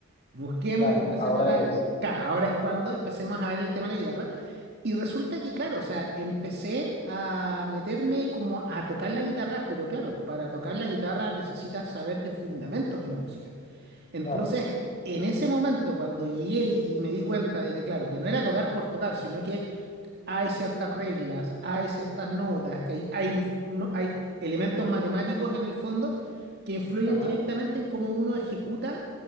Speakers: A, on the right (about 50°); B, on the left (about 30°).
A: Busquemos
B: claro,
A: y empecemos
B: ahora
A: a...
B: es,
A: Claro, ahora es cuando empecemos a ver el tema de la guitarra. Y resulta que, claro, o sea, empecé a meterme como a tocar la guitarra, pero claro, para tocar la guitarra necesitas saber de fundamentos de la música. Entonces,
B: claro,
A: en ese momento, cuando llegué y y me di cuenta de que, claro, que no era tocar por tocar, sino que hay ciertas reglas, hay ciertas notas, que hay, hay, inf- no- hay elementos matemáticos en el fondo que influyen
B: ajá,
A: directamente en cómo uno ejecuta